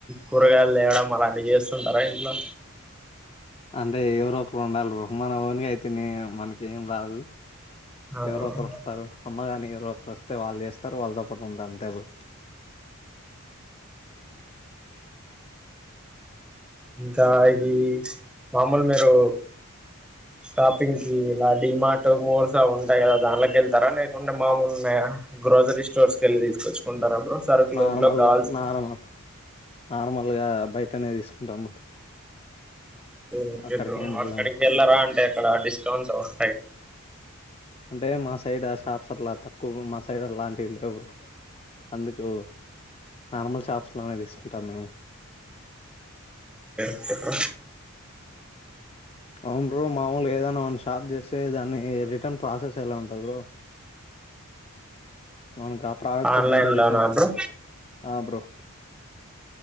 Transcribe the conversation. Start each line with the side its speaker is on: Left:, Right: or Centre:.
Centre: కూరగాయలు తేవడం అలా అట్ల చేస్తుంటరా ఇంట్లో
Left: అంటే ఎవరు ఒకరు ఉండలి బ్రో మన ఓన్ గ అయితే నీ మనకేం రాదు
Centre: ఆ
Left: ఎవరు ఒకరు వస్తారు అమ్మగాని ఎవరో ఒకరు వస్తే వాళ్ళు జేస్తారు వాళ్ళద ఇప్పుడు అంత అంతే బ్రో
Centre: ఇంకా ఇది మామూల్ మీరు షాపింగ్ కి ఇలా డిమార్ట్ మోర్స్ ఉంటాయి గదా దాంట్ల కెళ్తారా లేకుంటే మామూల్ నే గ్రోసరీ స్టోర్స్ కెళ్ళి తీసుకొచ్చుకుంటారా బ్రో సరుకులు
Left: నార్మల్గా
Centre: ఇంట్లో గావాల్సినీ
Left: నార్మల్ నార్మల్ గా బయటనే తీసుకుంటాం బ్రో
Centre: ఓకే
Left: అక్కడికి
Centre: బ్రో
Left: ఏం వెళ్ళాము
Centre: అక్కడికి కెళ్లరా అంటే అక్కడ డిస్కౌంట్స్ ఓస్
Left: అంటే మా సైడ్ ఆ షాప్స్ అట్లా తక్కువు మా సైడ్ అలాంటి లెవు బ్రో అందుకు నార్మల్ షాప్స్ లోనే తీసుకుంటాం మేము
Centre: ఇంకేంటి బ్రో
Left: అవును బ్రో మామూలుగ ఏదైనా మన షాప్ జేసే దాన్ని రిటన్ ప్రాసెస్ ఎలా ఉంటంది బ్రో మనకా ప్రోడక్ట్
Centre: ఆన్లైన్
Left: వద్దంటే రిటన్
Centre: లోనా బ్రో
Left: ఆ బ్రో